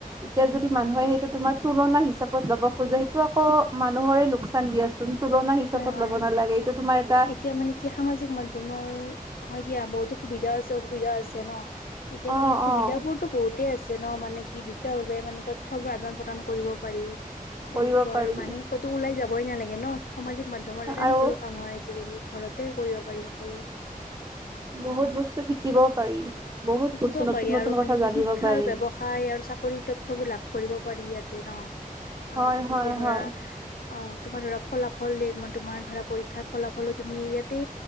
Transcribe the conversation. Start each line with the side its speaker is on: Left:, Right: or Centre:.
Right: এতিয়া
Left: উম
Right: যদি মানুহে
Left: উম
Right: সেইটো তোমাৰ তুলনা হিচাপত ল'ব খোজে সেইটো আকৌ মানুহৰে লোকচান দিয়াচোন তুলনা হিচাপত।
Left: মাৰ।
Right: ল'ব নালাগে এইটো তোমাৰ এটা
Left: এতিয়া মানে কি সামাজিক মাধ্যমৰ হয় দিয়া। বহুতো সুবিধাও আছে অসুবিধা আছে ন। এতিয়া
Right: অ
Left: কি সুবিধা
Right: অ
Left: বোৰতো বহুতেই আছে। যেনেও মানে কি দুটাওভাৱে মানে তথ্য বোৰ আদান প্ৰদান কৰিব পাৰি। <unintelligible> তেনেকুৱা
Right: কৰিব পাৰি
Left: আৰু মানুহ ক'তো ওলাই যাবই নেলাগে ন। সামাজিক মাধ্যমৰ দ্বাৰাই
Right: আৰু
Left: সকলো কাম হয় আজিকালি। ঘৰতে কৰিব পাৰি সকলো।
Right: বহুত
Left: অ।
Right: বস্তু শিকিব পাৰি বহুত
Left: শিকিব
Right: বস্তু নতুন
Left: পাৰি
Right: নতুন
Left: আৰু মানে
Right: কথা
Left: কি
Right: জানিব
Left: শিক্ষা
Right: পাৰি
Left: আৰু ব্যৱসায় আৰু চাকৰি তথ্যবোৰ লাভ কৰিব পাৰি ইয়াত। তে ন
Right: হয়
Left: আৰু তুমি
Right: হয়
Left: এতিয়া ধৰা।
Right: হয়
Left: অ। তোমাৰ ধৰা ফলাফল দে তোমাৰ ধৰা পৰীক্ষাৰ ফলাফলো তুমি ইয়াতে